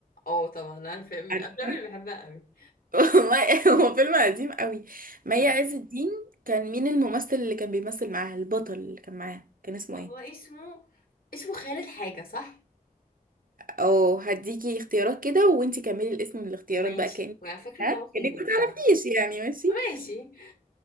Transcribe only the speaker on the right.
عارفة
<laughs> والله هو فيلم قديم قوي مي
عز الدين كان مين الممثل اللي كان بيمثل معاها البطل اللي كان معاها كان اسمه
ايه
او هديكي اختيارات كده وانتي كملي الاسم من الاختيارات
بقى كأنك
ها
كأنك ما تعرفيش
يعني ماشي